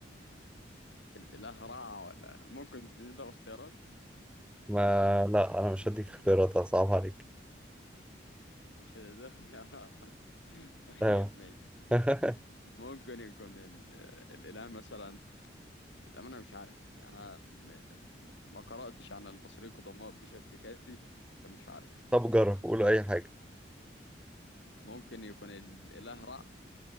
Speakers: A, on the left; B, in the centre.
A: ال- لا هراء ولا ممكن تديني طب اختيارات
B: ما لا انا مش هديك اختيارات صعب عليك
A: مش هتديني اختيارات <laughs> طيب
B: ايوه
A: ماشي
B: <laughs>
A: ممكن يكون ال... الإله مثلا للأمانة مش عارف يعني أنا م... ما قرأتش عن المصريين القدماء بشكل كافي فمش عارف
B: طب جرب قولوا اي حاجه
A: ممكن يكون الإله را